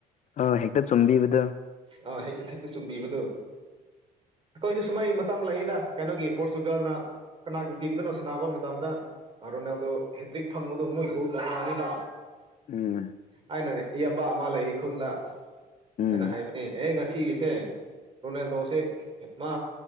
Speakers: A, on the left; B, on the right.
A: ꯑ ꯍꯦꯛꯇ ꯆꯨꯝꯕꯤꯕꯗꯣ
B: ꯑꯥ ꯍꯦꯛ ꯍꯦꯛꯇ ꯆꯨꯝꯕꯤꯕꯗꯣ ꯑꯈꯣꯏꯁꯨ ꯁꯨꯃꯥꯏ ꯃꯇꯝ ꯂꯩꯌꯦꯗ ꯀꯩꯅꯣꯒꯤ ꯄꯣꯔꯇꯨꯒꯜꯅ ꯀꯅꯥꯒꯤ ꯇꯤꯝꯗꯅꯣ ꯁꯥꯟꯅꯥꯕ ꯃꯇꯝꯗ ꯑ ꯔꯣꯅꯦꯜꯗꯣ ꯍꯦꯇ꯭ꯔꯤꯛ ꯐꯪꯕꯗꯣ ꯃꯣꯏ ꯒꯣꯜ ꯃꯉꯥꯅꯤꯕ
A: ꯎꯝ
B: ꯑꯩꯅ ꯏꯌꯥꯝꯕ ꯑꯃ ꯂꯩꯌꯦ ꯈꯨꯟꯗ
A: ꯎꯝ
B: ꯑꯩꯅ ꯍꯥꯏꯕꯅꯤ ꯑꯦ ꯉꯁꯤ ꯑꯁꯦ ꯔꯣꯅꯥꯜꯗꯣꯁꯦ ꯃꯥ